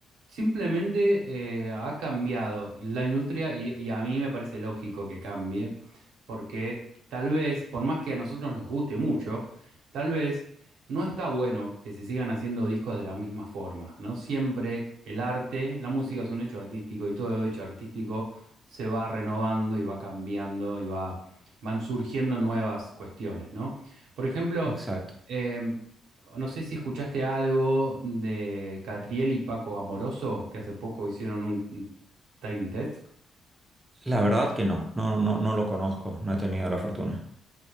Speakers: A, on the right; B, on the right.
A: Simplemente eh, ha cambiado la industria y, y a mí me parece lógico que cambie, porque tal vez, por más que a nosotros nos guste mucho, tal vez no está bueno que se sigan haciendo discos de la misma forma, ¿no? Siempre el arte, la música es un hecho artístico y todo hecho artístico se va renovando y va cambiando y va, van surgiendo nuevas cuestiones, ¿no? Por ejemplo,
B: exacto.
A: em, no sé si escuchaste algo de Catriel y Paco Amoroso, que hace poco hicieron un un Tiny Desk.
B: La verdad que no, no, no, no lo conozco, no he tenido la fortuna.